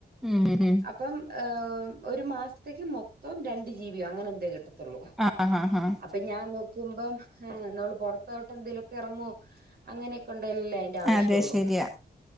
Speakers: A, in the centre; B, on the right.
A: ഉം ഉം
B: അപ്പം ഒരു മാസത്തേക്ക് മൊത്തം രണ്ട് ജീബിയോ അങ്ങനെ എന്ത കിട്ടും
A: ആഹ് ആഹ് ആഹ്
B: അപ്പൊ ഞാൻ ന കും്പം ആ് നമ്മള് പുറത്തോട്ട് എന്തേലുമൊക്കെ ഇറങ്ങോ അങ്ങനെയൊക്കെ ഉണ്ടല്ലേ ആവശ്യള്ള
A: അതെ ശരിയാ